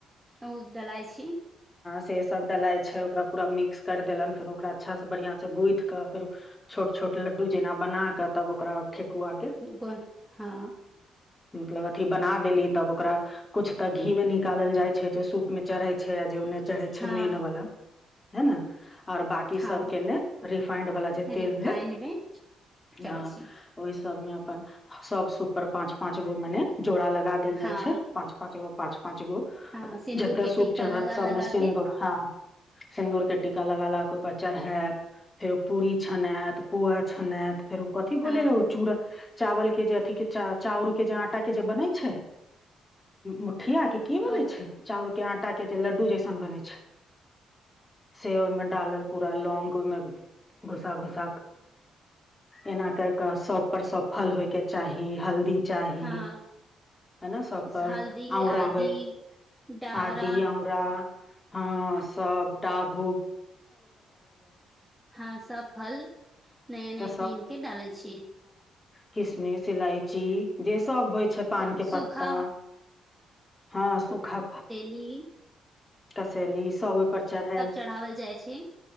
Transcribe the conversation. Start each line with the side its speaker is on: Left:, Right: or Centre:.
Centre: ओ दलाई छी।
Left: से सब डलाइ छै ओकरा मिक्स कर देलन फेर ओकरा अच्छा से बढ़ियां से गुथ क फेर। छोट छोट लड्डू जेना बना तब ओकरा। ठेकुआ के
Centre: ग हँ
Left: मतलब अथि बना देली तब ओकरा। कुछ त घी मे निकालल जाय। छे जे सूप में चढ़े छै आ ओन्ने चाहै छै
Centre: हँ
Left: मेन बला है न आओर बांकी
Centre: हँ
Left: सब के ने रिफाइंड वाला जे तेल
Centre: रिफाइन
Left: भेल
Centre: मे चढ़ै
Left: हँ
Centre: छी
Left: ओ सबमे अपन सबस उपर पाच पाच गो मने जोड़ा लगा देल जाय
Centre: हँ
Left: छै पांच पांच पठ <unintelligible> पाँच गो
Centre: हँ सिन्दूर
Left: जते
Centre: के
Left: सूप
Centre: टीका
Left: चढ़ैत
Centre: लगा
Left: सबमे
Centre: लगा
Left: सिन्दूर
Centre: के
Left: हँ सिन्दूर के टीका लगा लगा ओइ पर चढ़ायत फेर ओ पूरी छनायत पुआ छनैत फेर ओ कथी बोल
Centre: हँ
Left: हइ ओ चूरा चावल के जे अथि के चा- चाउर के जे आंटा के जे बनै छै ह पठिया के की बोलै
Centre: ओ
Left: छै लडड बने छै ओहि डालल प लौहि घुस घुस ए सब हो च ची
Centre: हँ
Left: है न सब पर
Centre: हल्दी
Left: औरा
Centre: आदि
Left: होइ
Centre: डावरा
Left: आदी हमरा हँ सब डभू
Centre: हँ सब फल नया नया
Left: तऽ
Centre: कीन के डालै छियै
Left: किसमे सिलइची जस सब होइ छै पान
Centre: सब
Left: के
Centre: सूखा
Left: पत्ता हँ सूखा
Centre: जी
Left: कसेली सब ओहिप चढ़एल
Centre: चढ़ावल जाइ छै